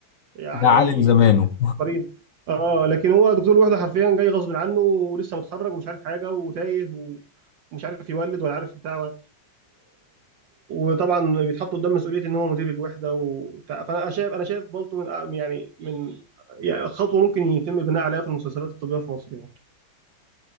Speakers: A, on the right (about 70°); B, on the left (about 70°).
A: يعني
B: ده عالم زمانه
A: عبقريين اه لكن هو دكتور الوحده حرفيا جاي غصب عنه ولسه متخرج ومش عارف حاجه وتايه و- ومش عارف يولد ولا عارف بتاع و- وطبعا بيتحط قدام مسؤوليه ان هو مدير الوحده وبتاع فانا شايف انا شايف بالطو من أ- يعني من يعني خطوه ممكن يتم البناء عليها في المسلسلات الطبيه في مصر يعني